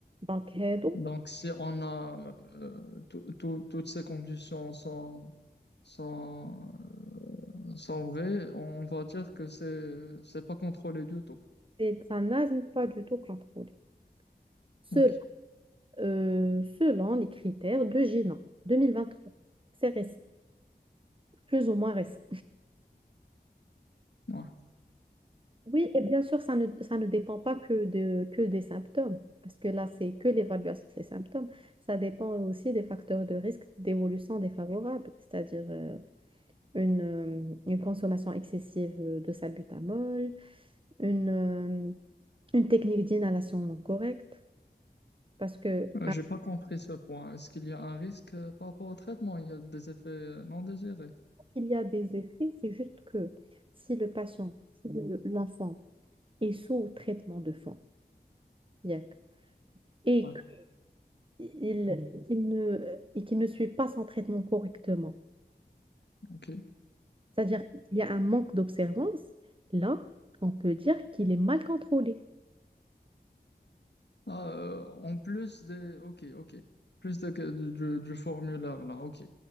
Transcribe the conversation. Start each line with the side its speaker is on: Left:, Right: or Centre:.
Right: Donc, هادو,
Left: Donc, si on a euh, tout- tout- toutes ces conditions sont, sont, sont vraies, on va dire que c'est c'est pas contrôlé du tout.
Right: c'est un asthme pas du tout contrôlé. Selon,
Left: Ok.
Right: euh, selon les critères de GINA 2023. c'est récent, plus ou moins récent.
Left: Ouais.
Right: Oui, et bien sûr, ça ne, ça ne dépend pas que, de, que des symptômes, parce que là, c'est que l'évaluation des symptômes. Ça dépend aussi des facteurs de risque d'évolution défavorable, c'est-à-dire euh, une, euh, une consommation excessive euh, de salbutamol, une, euh, une technique d'inhalation correcte, parce que
Left: Euh,
Right: alors
Left: j'ai pas compris ce point. Est-ce qu'il y a un risque euh, par rapport au traitement? Il y a des effets euh, non désirés.
Right: qu'il y a des effets, c'est juste que si le patient, si le- l'enfant est sous traitement de fond, IAC, et
Left: Ouais.
Right: il, il ne, et qu'il ne suit pas son traitement correctement.
Left: Ok.
Right: C'est-à-dire qu'il y a un manque d'observance, là, on peut dire qu'il est mal contrôlé.
Left: Ah, euh, en plus des. Ok, ok. Plus de, du, du- du formulaire là. Ok.